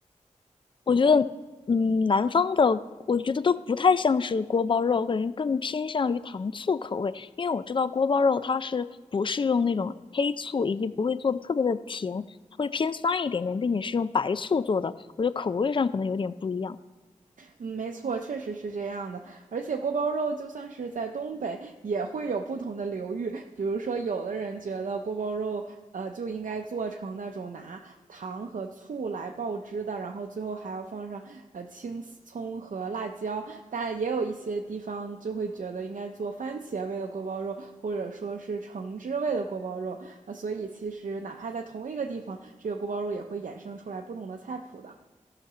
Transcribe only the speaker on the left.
我觉得，嗯，南方的我觉得都不太像是锅包肉，我感觉更偏向于糖醋口味。因为我知道锅包肉它是不是用那种黑醋，以及不会做的特别的甜，它会偏酸一点点，并且是用白醋做的。我觉得口味上可能有点不一样。